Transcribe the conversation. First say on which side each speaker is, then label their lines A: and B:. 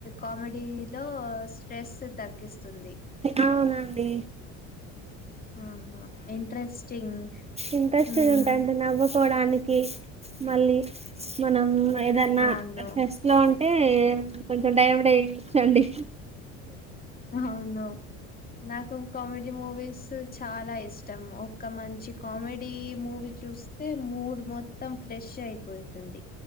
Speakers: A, on the left; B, on the right.
A: కామెడీ లో స్ట్రెస్ తగ్గిస్తుంది
B: అవునండి
A: అనా ఇంట్రెస్టింగ్
B: ఇంట్రెస్ట్
A: మ్మ్
B: గ ఉంటాయి అంటే నవ్వుకోవడానికి మళ్ళీ మనం ఏదన్నా
A: అవును
B: ఇట్లో ఉంటే కొంచెం డైవర్డ్ అయచ్చండి
A: అవున నాకు కామెడీ మూవీస్ చాలా ఇష్టం ఒక్క మంచి కామెడీ మూవీ చూ స్తే మూడ్ మొత్తం ఫ్రెష్ అయిపోతుంది